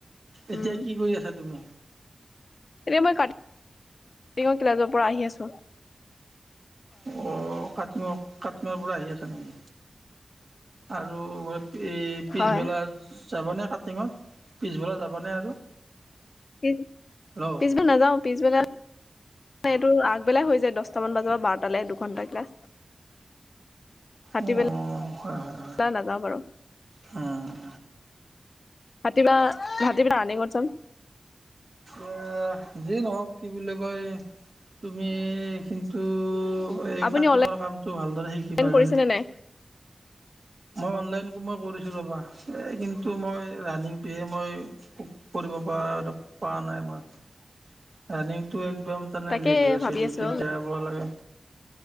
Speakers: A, on the right; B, on the left.
A: এতিয়া
B: উম
A: কি কৰি আছা তুমি?
B: এতিয়া মই কাটিঙ ক্লাছৰ পৰা আহি আছোঁ।
A: অ, কাটিঙৰ, কাটিঙৰ পৰা আহি আছে নেকি আৰু। এই পিছবেলা
B: হয়
A: যাবা নে কাটিঙত পিছবেলা যাবা নে আৰু।
B: পিছ,
A: হেল্ল' অঁ
B: পিছবেলা নাযাও পিছবেলা। এইটো আগবেলাই হৈ যায় দহটামান বজাৰ বা বাৰটালৈ দুঘন্টা ক্লাছ ৰাতিবেলা
A: অ, হয়, হয়।
B: নাযাওঁ বাৰু।
A: উম।
B: হাতী বা হাতী <unintelligible>
A: এ, যিয়েই নহওক কি বুলি কয় তুমি কিন্তু এই
B: আপুনি
A: কাটিঙৰ
B: অনলাইন
A: কামটো ভালদৰে শিকিবা।
B: কৰিছেনে নাই
A: মই অনলাইন মই কৰিছোঁ ৰ'বা এই কিন্তু মই ৰানিং তোহে মই কৰিব পাৰা পাৰা নাই মই ৰানিঙটো একদম তানে
B: তাকে
A: লেট হৈ আছে
B: ভাবি
A: ডিউটিত
B: আছো
A: যাব লাগে